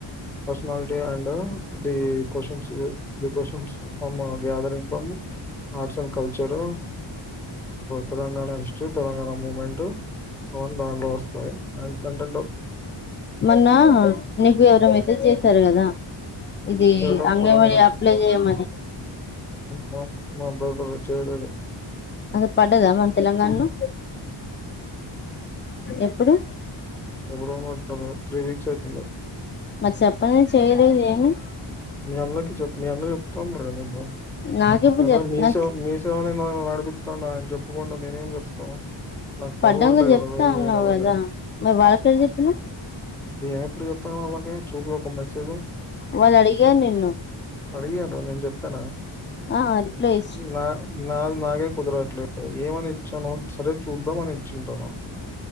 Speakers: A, in the centre; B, on the left.
A: personality and the questions the questions from gathering arts and culture Telangana history Telangana movement అందా వస్తాయి అన చెంటంటప్పు
B: మొన్న నీకు ఎవరో మెసేజ్ చేశారు కదా ఇది
A: స్టేట్ ఆఫ్
B: అంగే
A: తెలంగాణ
B: మ అప్లై చెయమని
A: మా మా బ్రదర్ చేయలేదు
B: అది పడ్డదా మన తెలంగాణలో ఎప్పుడు
A: ఎప్పుడు త్రీ వీక్స్ అవుతుంది
B: మరి చెప్పం చెయలేదు ఏమి
A: మీ అన్నకి చె మ అన్న చెప్తాం మ
B: నాకెప్పుడు
A: ఏ
B: చెప్
A: మీషో
B: నాకు
A: మీషో అని నన్న నడిపిస్తాం ఆయన చెప్పుకుండా నేనేం చెప్తాను నాకు పగుంటాయి
B: పడ్డంగా చెప్తా
A: కదా వేరే
B: అన్నావు
A: వేరే వేరే
B: కదా మరి వాళ్ళకెడ చెప్పినవ్
A: చె చూపి ఒక ఒక మెసజ
B: వాళ్ళు అడిగారు నిన్ను
A: అడిగను నేను చెప్పానా
B: ఆ <unintelligible>
A: నా నాది నాగే కుదరట్లేదు ఏమని ఇచ్చాను సరే చూద్దాం అని ఇచ్చింటాను